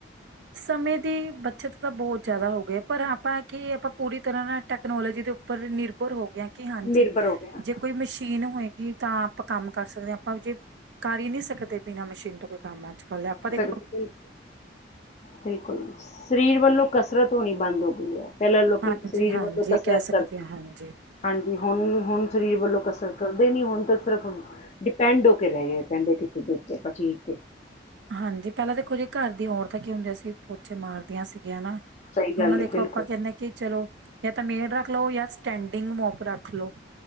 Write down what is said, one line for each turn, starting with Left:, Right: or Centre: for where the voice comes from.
Right: ਸਮੇਂ ਦੀ ਬੱਚਤ ਤਾਂ ਬਹੁਤ ਜ਼ਿਆਦਾ ਹੋ ਗ ਪਰ ਆਪਾਂ ਕਿ ਆਪਾਂ ਪੂਰੀ ਤਰ੍ਹਾਂ ਨਾਲ ਟੈਕਨੋਲੋਜੀ ਦੇ ਉੱਪਰ ਨਿਰਭਰ ਹੋ ਗੇ ਆਂ ਕਿ ਹਾਂਜੀ
Left: ਨਿਰਭਰ ਹੋ ਗਿਆ
Right: ਜੇ ਕੋਈ ਮਸ਼ੀਨ ਹੋਏਗੀ ਤਾਂ ਆਪਾਂ ਕੰਮ ਕਰ ਸਕਦੇ ਹਾਂ ਆਪਾਂ ਜੇ ਕਰ ਹੀ ਨਹੀਂ ਸਕਦੇ ਬਿਨਾਂ ਮਸ਼ੀਨ ਤੋਂ ਕੋਈ ਕੰਮ ਅੱਜ ਕੱਲ ਆਪਾਂ ਦੇਖ ਲ
Left: ੁ ਬਿਲਕੁਲ ਸਰੀਰ ਵੱਲੋਂ ਕਸਰਤ ਹੋਣੀ ਬੰਦ ਹੋ ਗਈ ਹੈ। ਪਹਿਲ ਲੋਕੀ
Right: ਹਾਂਜੀ
Left: ਸ਼ਰੀਰ
Right: ਹਾਂਜੀ
Left: ਬਧੋਂ
Right: ਇਹ
Left: ਕਸਰਤ
Right: ਕਹਿ ਸਕਦੇ
Left: ਕਰਦੇ
Right: ਹਾਂ
Left: ਸੀ।
Right: ਹਾਂਜੀ
Left: ਹਾਂਜੀ ਹੁਣ ਹੁਣ ਸਰੀਰ ਵੱਲੋਂ ਕਸਰਤ ਕਰਦੇ ਨੀ ਹੁਣ ਤਾਂ ਸਿਰਫ, ਡਿਪੈਂਡ ਹੋ ਕੇ ਰਹਿਗੇ ਕਹਿੰਦੇ ਕਿਸੇ ਦੇ ਉੱਤੇ ਪਕੀਰ ਤੇ,
Right: ਹਾਂਜੀ ਪਹਿਲਾਂ ਦੇਖੋ ਜਿਹੀ ਘਰ ਦੀਆਂ ਔਰਤਾਂ ਕੀ ਹੁੰਦੀ ਆ ਸੀਂ ਪੋਚੇ ਮਾਰਦੀਆਂ ਸੀਗੀਆਂ ਨਾ,
Left: ਸਹੀ
Right: ਹੁਣ
Left: ਗੱਲ
Right: ਦੇਖੋ
Left: ਹੈ ਬਿਲਕੁਲ
Right: ਆਪਾਂ ਕਹਿੰਦੇ ਕਿ ਚਲੋ ਜਾਂ ਤਾਂ ਮੇੜ ਰੱਖ ਲਓ ਜਾਂ ਸਟੈਂਡਿੰਗ ਮੋਪ ਰੱਖ ਲਓ